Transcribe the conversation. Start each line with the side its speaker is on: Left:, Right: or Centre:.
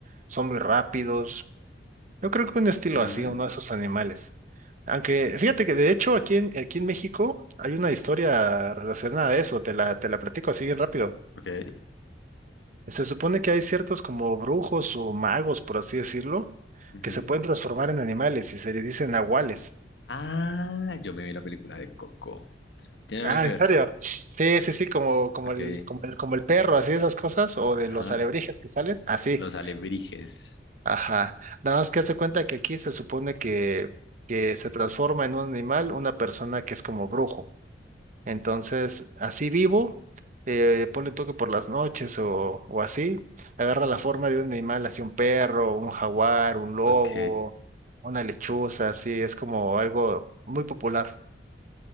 Right: son muy rápidos. Yo creo que un estilo
Left: mm,
Right: así, uno de esos animales. Aunque fíjate que de hecho aquí en, aquí en México hay una historia relacionada a eso, te la, te la platico así bien rápido.
Left: ok.
Right: Se supone que hay ciertos como brujos o magos, por así decirlo,
Left: ujú.
Right: que se pueden transformar en animales y se le dicen nahuales.
Left: Ah, yo me vi la película de Coco. ¿Tiene
Right: Ah,
Left: algo que
Right: ¿en
Left: ver?
Right: serio? Sí, sí, sí, como, como
Left: Ok.
Right: el, como el, como el perro, así esas cosas, o de
Left: Ajá,
Right: los alebrijes que salen, así.
Left: los alebrijes.
Right: Ajá. Nada más que hace cuenta que aquí se supone que, que se transforma en un animal una persona que es como brujo. Entonces, así vivo, eh, ponle toque por las noches o, o así, agarra la forma de un animal, así un perro, un jaguar, un lobo,
Left: Ok,
Right: una lechuza, así, es como algo muy popular.